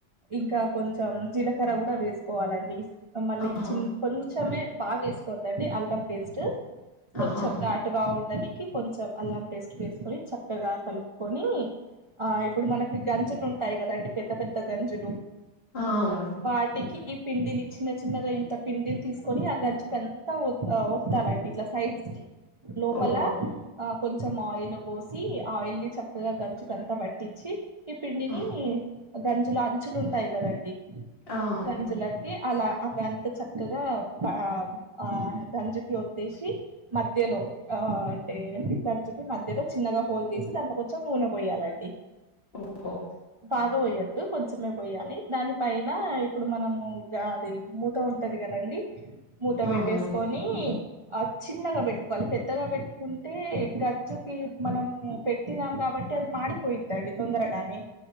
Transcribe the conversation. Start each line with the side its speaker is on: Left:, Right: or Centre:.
Right: ఇంకా కొంచెం జీలకర్ర కూడా వేసుకోవాలండి. ఆ మళ్ళీ
Left: ఆహా
Right: చిన్న కొంచెమే బాగా వేసుకోద్దండి అల్లం పేస్ట్ కొంచెం
Left: ఆహా
Right: ఘాటుగా ఉండానికి కొంచెం అల్లం పె స్ట్ వేసుకొని చక్కగా కలుపుకొని ఆ ఇప్పుడు మనకి గంజులు ఉంటాయి కదండి పెద్ద పెద్ద గంజులు
Left: ఆ అవునవును
Right: వాటికి ఇ పిండిని చిన్న చిన్నగా ఇంత పిండిని తీసుకొని ఆ గంజుకి అంతా వత్ వత్తాలండి ఇట్లా సైడ్స్ ప్పల
Left: ఓహో
Right: ఆ కొంచెం ఆయిల్ పోసి ఆయిల్ ని చక్కగా గంజుకంతా పట్టించి ఈ పిండిని
Left: ఆ
Right: గంజుల అంచులు ఉంటాయి కదండి
Left: ఆ, అవునవును
Right: గంజులకి అలా అవి అంత చక్కగా ఆ ఆ గంజికి వత్తేసి మధ్యలో ఆ అంటే గంజికి మధ్యలో చిన్నగా హోల్ తీసి దాంట్లో కొంచెం నూనె పోయాలండి.
Left: ఓహో
Right: బ పోయొద్దు కొంచమే పోయాలి దాని పైన ఇప్పుడు మనము అది మూత ఉంటది కద అండి మూత
Left: అవునవును
Right: పెట్టేసుకొని ఆ చిన్నగ పెట్టుకోవాలి పెద్ద పెద్దగా పెట్టుకుంటే గంజుకి మనము పెట్టినాం కాబట్టి అది మాడిపోయిద్దండి తొందరగా కానీ